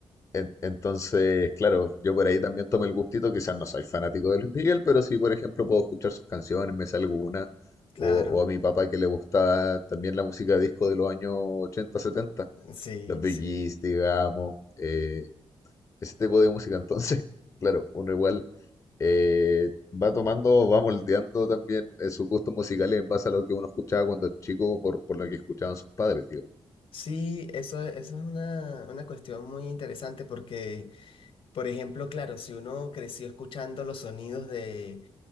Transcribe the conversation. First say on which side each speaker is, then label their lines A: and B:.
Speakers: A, on the left; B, on the left.
A: En- Entonces, claro, yo por ahí también tomé el gustito, quizás no soy fanático de Luis Miguel, pero sí, por ejemplo, puedo escuchar sus canciones, me sé alguna,
B: claro,
A: o, o a mi papá que le gusta también la música disco de los años 80, 70,
B: sí,
A: los Bee
B: sí.
A: Gees, digamos, eh, ese tipo de música. Entonces, <laughs> claro, uno igual eh, va tomando, va moldeando también eh, sus gustos musicales en base a lo que uno escuchaba cuando chico, por, por lo que escuchaban sus padres, digo.
B: Sí, eso, eso es una, una cuestión muy interesante porque, por ejemplo, claro, si uno creció escuchando los sonidos de,